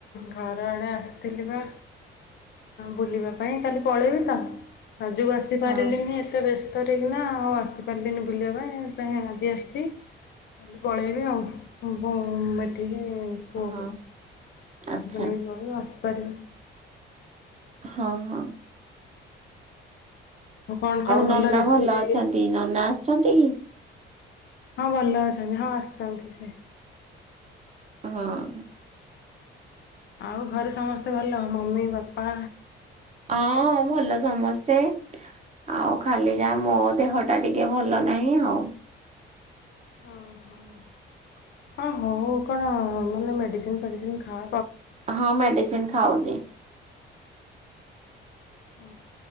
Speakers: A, on the left (about 60°); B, on the right (about 35°).
A: ଘର ଆଡ଼େ ଆସିଥିଲି ବା ବୁଲିବା ପାଇଁ କାଲି ପଳେଇବି ତ ଆ ଯୋଉ ଆସି
B: ହଁ
A: ପାରିଲିନି ଏତେ ବ୍ୟସ୍ତ ସେଥର କିିନା ଆଉ ଆସିପାରିବିନି ବୁଲିବା ପାଇଁ ପାଇଁ ଆଜି ଆସିଚି କାଲି ପଳେଇବି ଆଉ ବନୁ ଏଠିକି। ହୁଁ ପୁଅ
B: ହଁ
A: ବୋହୂ
B: ଆଚ୍ଛା
A: ଆକୁ ତ ନେଇ ପଳେଇବ ଆସ ଉପରେ
B: ହଁ ହଁ।
A: ଆଉ କଣ କଣ
B: ନନା
A: ଭଲ ରେସିପି
B: ଅଛନ୍ତି ନନା ଆସିଛନ୍ତି କି?
A: ହଁ ଭଲ ଅଛନ୍ତି ହଁ ଆସି <inaudible> ସେ
B: ହଁ।
A: ଆଉ ଘରେ ସମସ୍ତେ ଭଲ? ମମି, ବାପା
B: ହଁ ଭଲ ସମସ୍ତେ ଆଉ ଖାଲି ଯା ମୋ ଦେହ ଟା ଟିକେ ଭଲ ନାହିଁ ଆଉ।
A: ହଁ ହଁ ଆଉ କଣ ମାନେ ମେଡିସି ଇନ୍ ଫେଡିଶିନ୍ ଖା
B: ହଁ ମେଡ଼ିସିନ୍ ଖାଉଛି।
A: ଅ